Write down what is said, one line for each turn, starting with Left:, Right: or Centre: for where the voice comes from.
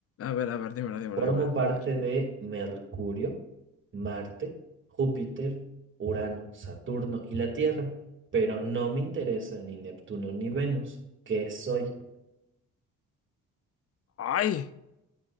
Left: A ver, a ver, dímela, dímela,
Right: Formo
Left: dímela.
Right: parte
Left: A ver.
Right: de Mercurio, Marte, Júpiter, Urano, Saturno y la Tierra, pero no me interesan ni Neptuno ni Venus. ¿Qué soy?
Left: Ay,